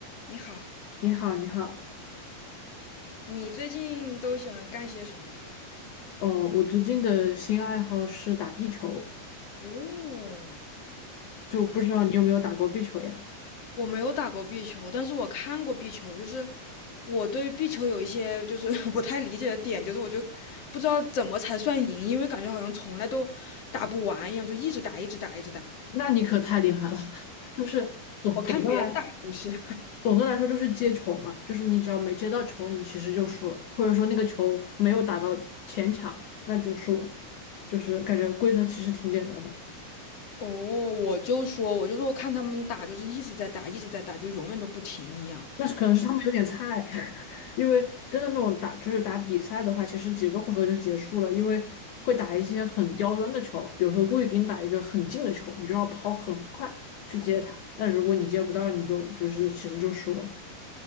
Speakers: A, on the left; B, on the left.
A: 你好，
B: 你好，你好。
A: 你最近都喜欢干些什么呀？
B: 哦，我最近的新爱好是打壁球，
A: 哦，
B: 就不知道你有没有打过壁球呀？
A: 可我没有打过壁球，但是我看过壁球，就是我对壁球有一些就是 <laughs> 不太理解的点，就是我就不知道怎么才算赢，因为感觉好像从来都打不完一样，就一直打，一直打，一直打。
B: 那你可太厉害了，<laughs> 就是总总的来
A: 我看别人打也是。<laughs>
B: 总的来说就是接球嘛，就是你只要没接到球，你其实就输了，或者说那个球没有打到前场，那就输了，就是感觉规则其实挺简单的。
A: 哦，我就说，我就说，我看他们打就是一直在打，一直在打，就永远都不停一样，
B: 那是可能是他们有点菜，<laughs> 因为真的那种打就是打比赛的话，其实几个回合就结束了，因为会打一些很刁钻的球，比如说故意给你打一个很近的球，你就要跑很快去接它。那如果你接不到，你就就是其实就输了。